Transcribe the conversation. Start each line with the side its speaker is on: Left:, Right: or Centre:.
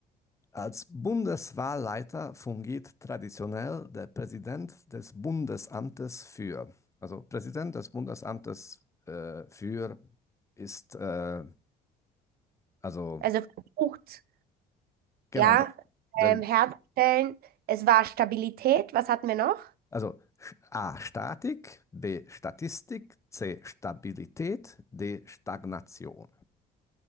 Left: Als Bundeswahlleiter fungiert traditionell der Präsident des Bundesamtes für. Also Präsident des Bundesamtes äh, für ist äh, Also,
Right: Also versucht,
Left: genau,
Right: ja,
Left: da- der,
Right: ähm, herzustellen. Es war Stabilität. Was hatten wir noch?
Left: also A, Statik, B, Statistik, C, Stabilität, D, Stagnation.